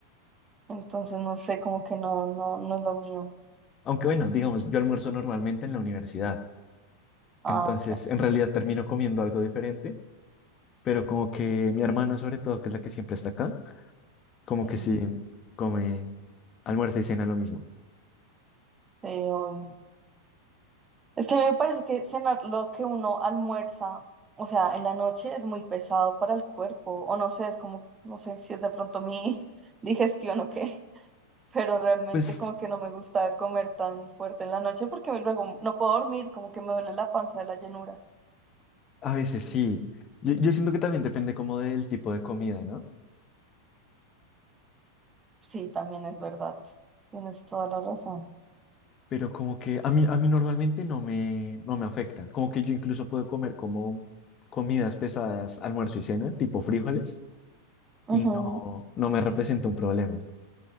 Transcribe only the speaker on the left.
aunque bueno, digamos, yo almuerzo normalmente en la universidad,
entonces
en realidad termino comiendo algo diferente, pero como que mi hermana sobre todo, que es la que siempre está acá, como
que sí come almuerzo y cena lo mismo.
Pues
A veces sí. Yo, yo siento que también depende como del tipo de comida, ¿no?
Pero como que a mí, a mí normalmente no me, no me afecta. Como que yo incluso puedo comer como comidas pesadas, almuerzo y cena, tipo frijoles,
y no, no me representa un problema.